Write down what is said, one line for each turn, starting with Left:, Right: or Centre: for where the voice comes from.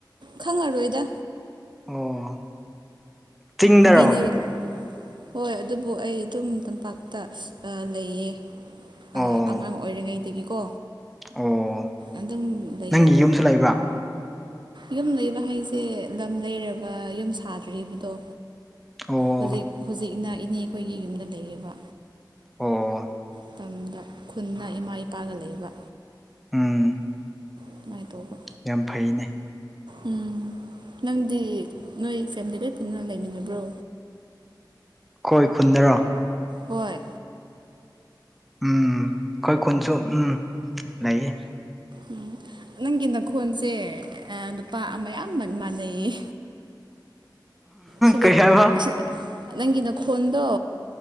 Right: ꯈꯪꯉꯔꯣꯏꯗ꯫
Centre: ꯑꯣ ꯆꯤꯡꯗꯔꯣ
Right: ꯕꯤ ꯂꯩ ꯍꯣꯏ ꯑꯗꯨꯕꯨ ꯑꯩ ꯑꯗꯨꯝ ꯇꯝꯄꯥꯛꯇ ꯑꯥ ꯂꯩꯌꯦ꯫
Centre: ꯑꯣ
Right: ꯑꯥ ꯑꯉꯥꯡ ꯑꯣꯏꯔꯤꯉꯩꯗꯒꯤꯀꯣ
Centre: ꯑꯣ
Right: ꯑꯗꯨꯝ ꯂꯩꯌꯦ
Centre: ꯅꯪꯒꯤ
Right: ꯑꯗꯣ꯫
Centre: ꯌꯨꯝꯁꯨ ꯂꯩꯕ꯭ꯔꯥ
Right: ꯌꯨꯝ ꯂꯩꯕ ꯍꯥꯏꯖꯦ ꯂꯝ ꯂꯩꯔꯒ ꯌꯨꯝ ꯁꯥꯗ꯭ꯔꯤꯕꯗꯣ
Centre: ꯑꯣ
Right: ꯍꯧꯖꯤꯛ ꯍꯧꯖꯤꯛꯅ ꯏꯅꯦ ꯈꯣꯏꯒꯤ ꯌꯨꯝꯗ ꯂꯩꯌꯦꯕ
Centre: ꯑꯣ
Right: ꯃꯇꯝꯗ ꯈꯨꯟꯅ ꯏꯃꯥ ꯏꯄꯥꯒ ꯂꯩꯕ꯫
Centre: ꯎꯝ꯫
Right: ꯑꯗꯨꯃꯥꯏ ꯇꯧꯕ
Centre: ꯌꯥꯝ ꯐꯩꯅꯦ꯫
Right: ꯎꯝ ꯅꯪꯗꯤ ꯅꯣꯏ ꯐꯦꯃꯤꯂꯤ ꯂꯣꯏ ꯄꯨꯟꯅ ꯂꯩꯃꯤꯟꯅꯕ꯭ꯔꯣ
Centre: ꯑꯩꯈꯣꯏ ꯈꯨꯟꯗꯔꯣ
Right: ꯍꯣꯏ
Centre: ꯎꯝ ꯑꯩꯈꯣꯏ ꯈꯨꯟꯁꯨ ꯎꯝ ꯂꯩꯌꯦ꯫
Right: ꯎꯝ ꯅꯪꯒꯤ ꯅꯈꯣꯟꯜꯁꯦ ꯅꯨꯄꯥ ꯑꯃ ꯌꯥꯝꯕ ꯃꯥꯟꯅꯩꯌꯦ꯫ ꯁꯤꯗ
Centre: ꯀꯩ ꯍꯥꯏꯕ
Right: ꯁꯤꯗ ꯅꯪꯒꯤ ꯅ ꯈꯣꯟꯗꯣ